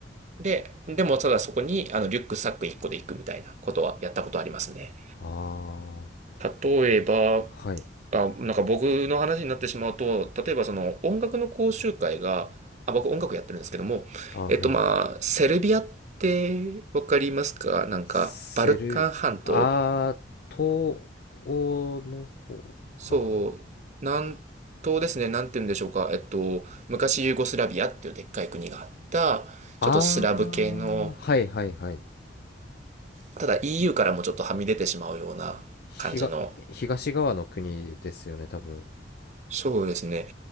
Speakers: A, on the right; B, on the left.
A: で、でもただそこに、あの、リュックサック1個で行くみたいなことはやったことありますね。
B: あ、ああ、
A: 例えば、
B: はい。
A: あ、なんか僕の話になってしまうと、例えばその音楽の講習会が、あ、僕音楽やってるんですけども、
B: あーはい。
A: えっとまあ、セルビアってわかりますかなんか、
B: セル、
A: バルカン半島
B: ああ、東欧の方かな
A: そう、南東ですね、なんて言うんでしょうか、えっと、昔ユーゴスラビアっていうでっかい国があった、
B: ああはいはいはい。
A: ちょっとスラブ系の、ただ EU からもちょっとはみ出てしまうような感じの、
B: 東、東側の国ですよね、多分。
A: そうですね。